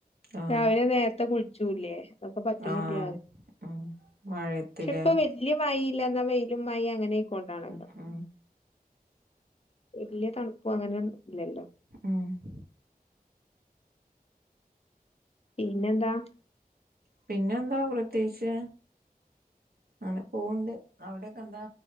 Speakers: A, on the right; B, on the left.
A: ആഹ്
B: രാവിലെ നേരത്തെ കുളി ലേ അൊക്കെ പറ്റുന്നില്ല
A: ആഹ് ഉം മഴയത്തിലേ
B: പക്ഷെ ഇപ്പം വെല്യ മ ഇല്ലാ വെയിലും മഴ അങ്ങനെ ആയിക്കൊണ്ടാണല്ലോ
A: ആ
B: വലിയ തണുപ്പും അങ്ങനെയൊ ഇല്ലല്ലോ
A: ഉം
B: പിന്നെന്താ
A: പിന്നെന്താ പ്രത്യേകിച്ച് അങ്ങനെ പോവണ്ട് അവിടെക്കെ എന്താ